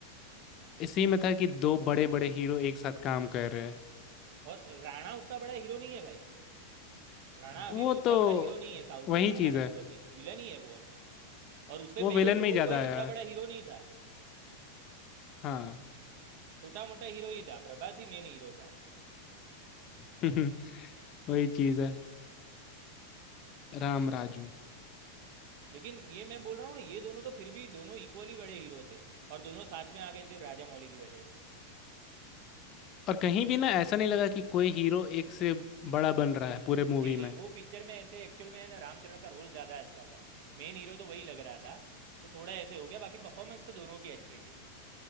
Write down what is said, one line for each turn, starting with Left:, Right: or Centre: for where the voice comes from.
Left: इसी
Right: हाँ।
Left: में था कि दो बड़े बड़े हीरो एक साथ काम कर रहे हैं
Right: और राणा उतना बड़ा हीरो नहीं है भाई राणा अभी
Left: वो
Right: भी उतना
Left: तो
Right: बड़ा हीरो नहीं है साउथ
Left: वही
Right: में राणा
Left: चीज
Right: डग्गुबाती
Left: है
Right: विलन ही है वो अभी और उससे
Left: वो
Right: पहले
Left: विलन
Right: भी
Left: में ही
Right: वो
Left: ज्यादा
Right: कोई
Left: आया
Right: उतना
Left: है
Right: बड़ा हीरो नहीं था
Left: हाँ
Right: छोटा मोटा हीरो ही था प्रभास ही मेन हीरो था
Left: <laughs> वही चीज है राम राजू
Right: हम्म, लेकिन ये मैं बोल रहा हूँ ना ये दोनों तो फिर भी दोनों इक्वली बड़े हीरो थे और दोनों साथ में आ गए सिर्फ राजा मौली की वजह से
Left: और कहीं भी ना ऐसा नहीं लगा कि कोई हीरो एक से बड़ा बन रहा है पूरे मूवी
Right: नहीं नहीं
Left: में
Right: वो पिक्चर में ऐसे एक्चुअल में है ना रामचरण का रोल ज़्यादा अच्छा था मेन हीरो तो वही लग रहा था तो थोड़ा ऐसे हो गया बाकी परफॉर्मेंस तो दोनों की अच्छी थी